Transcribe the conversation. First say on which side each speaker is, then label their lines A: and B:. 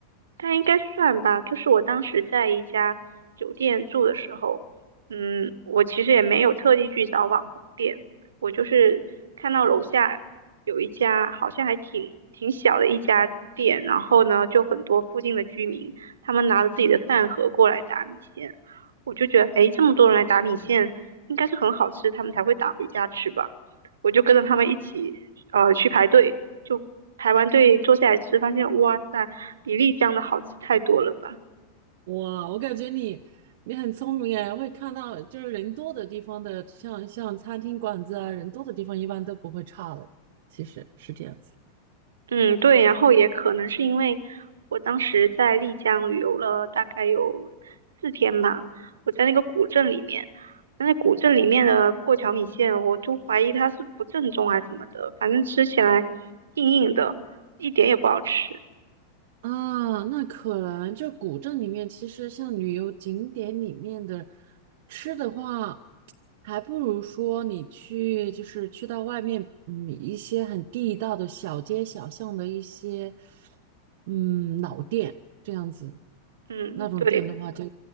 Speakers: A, on the right; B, on the right.
A: 但应该算吧，就是我当时在一家酒店住的时候，嗯，我其实也没有特地去找网红店，我就是看到楼下有一家好像还挺挺小的一家店，然后呢，就很多附近的居民，他们拿着自己的饭盒过来打米线，我就觉得，诶，这么多人来打米线，应该是很好吃，他们才会打回家吃吧，我就跟着他们一起，呃，去排队。就台湾队坐下来吃，发现哇塞，比丽江的好吃太多了吧？
B: 哇，我感觉你你很聪明哎，会看到就是人多的地方的，像像餐厅馆子啊，人多的地方一般都不会差的，其实是这样子。
A: 嗯，对，然后也可能是因为我当时在丽江旅游了大概有四天吧，我在那个古镇里面，那古镇里面的过桥米线，我就怀疑它是不正宗还是怎么的，反正吃起来硬硬的，一点也不好吃。
B: 啊，那可能就古镇里面，其实像旅游景点里面的吃的话，还不如说你去，就是去到外面，嗯，一些很地道的小街小巷的一些，嗯，老店这样子，
A: 嗯，
B: 那种店的嗯话就
A: 对。